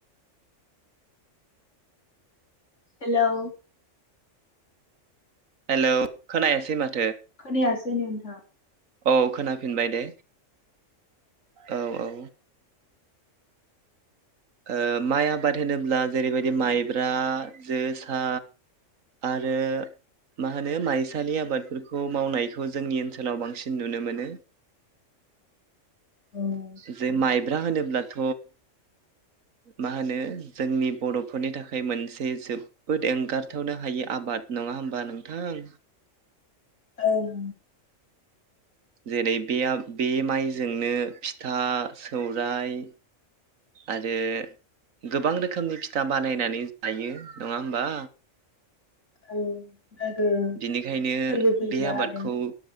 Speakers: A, on the left; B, on the right.
A: हेलौ
B: हेलौ खोनायासै माथ
A: खोनाया सै नोंथां
B: औ खोनाफिनबाय दे। औ औ ओ माइ आबाद होनोब्ला जेरैबायदि माइब्रा, जोसा आरो मा होनो माइसालि आबादफोरखौ मावनायखौ जोंनि ओनसोलाव बांसिन नुनो मोनो।
A: ओं
B: जे माइ ब्रा होनोब्लाथ' मा होनो जोंनि बर'फोरनि थाखाय मोनसे जोबबोद एंगारथावनो हायि आबाद नङा होमबा नोंथां?
A: ओं
B: जेरै बे आब बे माइजोंनो फिथा सौराय आरो गोबां रोखोमनि फिथा बानायनानै जायो नङा होमबा?
A: औ लोगो फोरबो
B: बिनिखायनो
A: फैब्ला
B: बे आबादखौ
A: आरो।